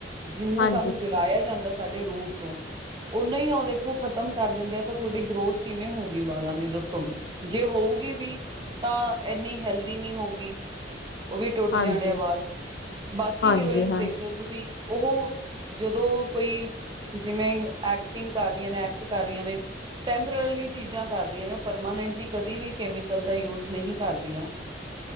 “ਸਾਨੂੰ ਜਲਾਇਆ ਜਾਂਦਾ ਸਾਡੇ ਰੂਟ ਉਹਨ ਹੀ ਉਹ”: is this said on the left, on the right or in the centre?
Right